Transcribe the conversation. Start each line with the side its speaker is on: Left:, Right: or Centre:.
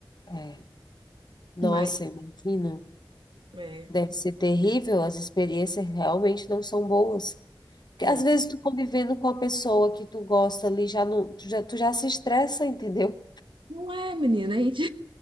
Left: é. Nossa,
Right: Mas
Left: imagino.
Right: é,
Left: Deve ser terrível, as experiências realmente não são boas. Porque
Right: é.
Left: às vezes tu convivendo com a pessoa que tu gosta ali, já não, tu já, tu já se estressa, entendeu?
Right: Não é, menina. A gente,